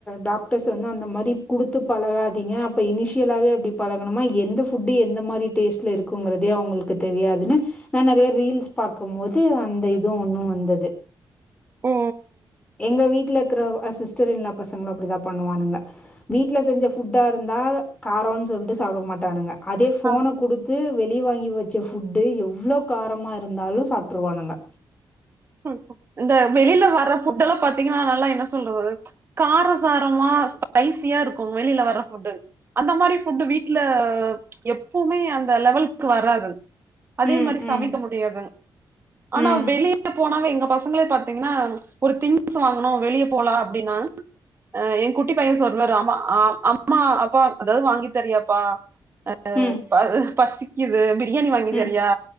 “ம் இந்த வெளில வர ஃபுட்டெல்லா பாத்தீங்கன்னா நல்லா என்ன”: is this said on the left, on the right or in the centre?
Right